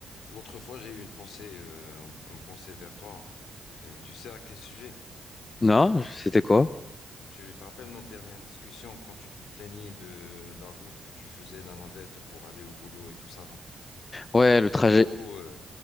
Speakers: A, on the left (about 80°); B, on the left (about 35°).
A: L'autre fois, j'ai eu une pensée, euh, une pensée vers toi. Euh, tu sais à quel sujet?
B: Non, je- c'était quoi?
A: Tu te rappelles notre dernière discussion quand tu te plaignais de la route que tu faisais, la navette pour aller au boulot et tout ça.
B: Ouais, le
A: Et
B: trajet.
A: du coup, euh,